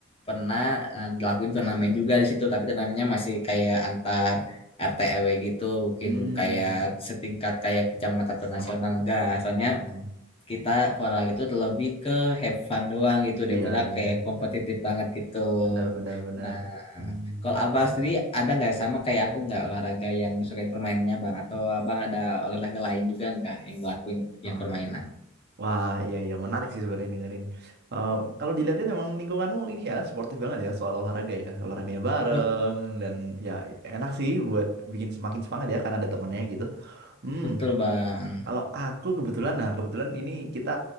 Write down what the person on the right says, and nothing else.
Hmm.
Kecamatan.
Mhm.
Iya iya.
Benar benar benar.
Hmm.
Ah.
Wah iya iya menarik sih sebenarnya dengerin. Eh, kalau dilihatin emang lingkunganmu ini ya sportif banget ya soal olahraga ya olahraganya bareng
dan ya enak sih buat bikin semakin semangat ya karena ada temennya gitu. Hmm.
Kalau aku kebetulan, nah kebetulan ini kita